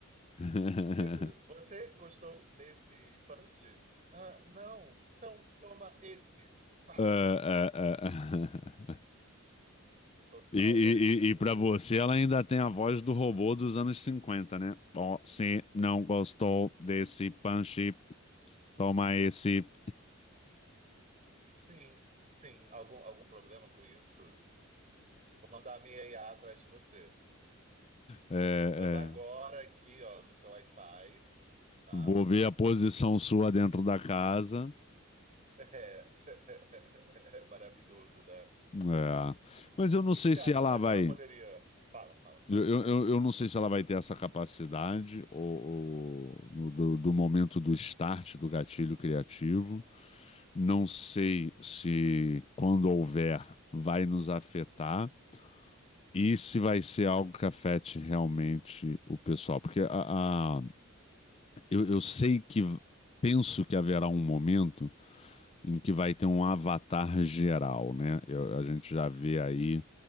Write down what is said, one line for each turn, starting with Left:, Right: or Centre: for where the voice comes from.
Left: <laughs>
Right: Você, go- você gostou desse punch? Ah, não. Então toma esse. Pá!
Left: Ah, ah, ah.
Right: Total,
Left: E, e, e,
Right: né? Tipo,
Left: e para você, ela ainda tem a voz do robô dos anos 50, né? Você não gostou desse punch, toma esse.
Right: sim, sim. Algum, algum problema com isso? Eu vou mandar a minha IA atrás de você.
Left: É,
Right: Eu tô entrando agora
Left: é.
Right: aqui, ó, no seu Wi-Fi, tá?
Left: Vou ver a posição sua dentro da casa.
Right: É. <laughs> É maravilhoso, né?
Left: É.
Right: O
Left: Mas eu não
Right: que
Left: sei
Right: que você
Left: se
Right: acha?
Left: ela
Right: Mas
Left: vai.
Right: ela poderia. Fala, fala, fala,
Left: Eu, eu,
Right: fala.
Left: eu eu não sei se ela vai ter essa capacidade ou, ou no- do, do momento do start do gatilho criativo. Não sei se, quando houver, vai nos afetar e se vai ser algo que afete realmente o pessoal. Porque a, a- eu, eu sei que, penso que haverá um momento em que vai ter um avatar geral, né? Eu- a gente já vê aí